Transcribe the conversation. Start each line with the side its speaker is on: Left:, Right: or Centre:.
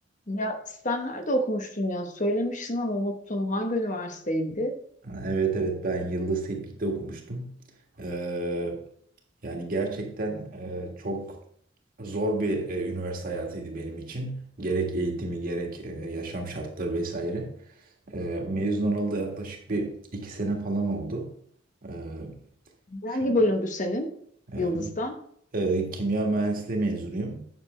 Left: Ya sen nerede okumuştun ya? Söylemiştin ama unuttum. Hangi üniversiteydi?
Right: Ha, Evet evet ben Yıldız Teknik'te okumuştum. Ee, yani gerçekten e, çok zor bir e, üniversite hayatıydı benim için. Gerek eğitimi gerek e, yaşam şartları vesaire. Ee, mezun olalı da yaklaşık bir iki sene falan oldu. Ee, şu-
Left: Hangi bölümdü senin?
Right: e,
Left: Yıldız'dan.
Right: e, kimya mühendisliği mezunuyum.